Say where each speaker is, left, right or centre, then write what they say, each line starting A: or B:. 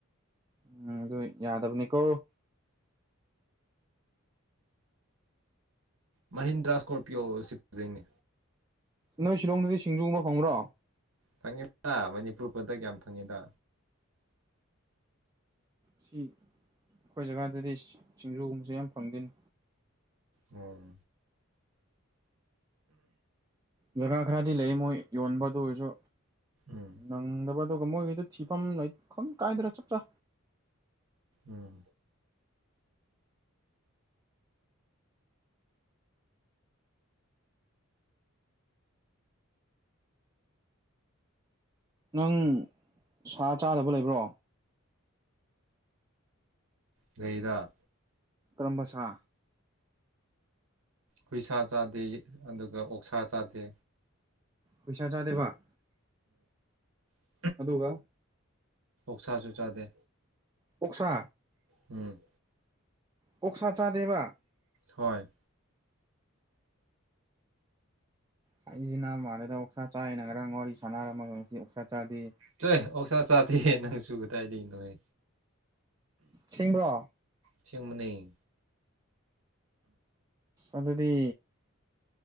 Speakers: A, on the right; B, on the right.
A: ꯎꯝ ꯑꯗꯨꯢ ꯌꯥꯗꯕꯅꯤꯀꯣ
B: ꯃꯍꯤꯟꯗ꯭ꯔꯥ ꯁ꯭ꯀꯣꯔꯄꯤꯌꯣ ꯁꯤ ꯐꯖꯩꯅꯦ
A: ꯅꯣꯏ ꯁꯤꯂꯣꯡꯗꯗꯤ ꯁꯤꯡꯖꯨꯒꯨꯝꯕ ꯐꯪꯕ꯭ꯔꯣ
B: ꯐꯪꯉꯤꯗ ꯃꯅꯤꯄꯨꯔ ꯄ꯭ꯔꯗꯛ ꯌꯥꯝ ꯐꯪꯉꯤꯗ
A: ꯁꯤ ꯑꯩꯈꯣꯏ ꯖꯒꯥꯗꯗꯤ ꯁꯤꯡꯖꯨꯒꯨꯝꯕꯁꯦ ꯌꯥꯝ ꯐꯪꯗꯦꯅꯦ
B: ꯑꯣ
A: ꯖꯒꯥ ꯈꯔꯗꯤ ꯂꯩ ꯃꯣꯏ ꯌꯣꯟꯕ ꯑꯗꯨ ꯑꯣꯏꯔꯁꯨ
B: ꯎꯝ
A: ꯅꯪꯗꯕ ꯑꯗꯨꯒ ꯃꯣꯏꯒꯤꯗꯣ ꯊꯤꯐꯝ ꯈꯪ ꯀꯥꯏꯗ꯭ꯔꯥ ꯆꯞ ꯆꯥ
B: ꯎꯝ
A: ꯅꯪ ꯁꯥ ꯆꯥꯗꯕ ꯂꯩꯕ꯭ꯔꯣ
B: ꯂꯩꯗꯥ
A: ꯀꯔꯝꯕ ꯁꯥ
B: ꯍꯨꯏꯁꯥ ꯆꯥꯗꯦ ꯑꯗꯨꯒ ꯑꯣꯛꯁꯥ ꯆꯥꯗꯦ
A: ꯍꯨꯢꯁꯥ ꯆꯥꯗꯦꯕ
B: ꯎꯝ
A: ꯑꯗꯒ
B: ꯑꯣꯛꯁꯥꯁꯨ ꯆꯥꯗꯦ
A: ꯑꯣꯛꯁꯥ
B: ꯎꯝ
A: ꯑꯣꯛꯁꯥ ꯆꯥꯗꯦꯕ
B: ꯍꯣꯏ
A: ꯍꯥꯢꯖꯤꯟꯅꯕ ꯃꯥꯜꯂꯦꯗ ꯑꯣꯛꯁꯥ ꯆꯥꯏꯅ ꯉꯔꯥꯡ ꯋꯥꯔꯤ ꯁꯥꯟꯅꯔꯝꯃꯒ ꯉꯁꯤ ꯑꯣꯛꯁꯥ ꯆꯥꯗꯦ
B: ꯆꯦ ꯑꯣꯁꯥ ꯆꯥꯗꯦ ꯅꯪꯁꯨ ꯀꯗꯥꯥꯏꯗꯩꯅꯣꯍꯦ
A: ꯁꯦꯡꯕ꯭ꯔꯣ
B: ꯑꯁꯦꯡꯕꯅꯦ
A: ꯑꯗꯨꯗꯤ